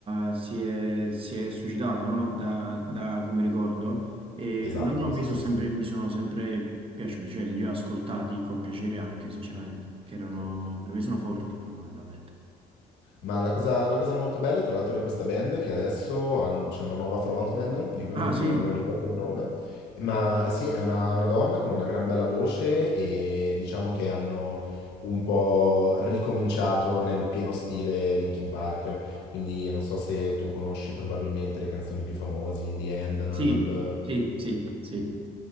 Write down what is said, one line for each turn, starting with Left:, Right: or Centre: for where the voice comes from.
Right: ha- si è, si è suicidato, no? Da, da come ricordo, e
Left: Esatto,
Right: loro a me
Left: sì,
Right: sono
Left: sì,
Right: sempre,
Left: sì.
Right: mi sono sempre piaciuti, cioè li ho ascoltati con piacere anche, sinceramente, che erano,
Left: Sì.
Right: per me sono forti, fondamentalmente.
Left: Ma la cosa, la cosa molto bella, tra l'altro, di questa band è che adesso han- c'è una nuova frontman, di cui
Right: Ah,
Left: non,
Right: sì,
Left: non- non ricordo il nome, ma eh sì, è una, una donna con una gran bella voce e diciamo che hanno un po' ricominciato nel pieno stile Linkin Park, quindi non so se tu conosci probabilmente le canzoni più famose, In the End, Numb
Right: sì, sì, sì, sì.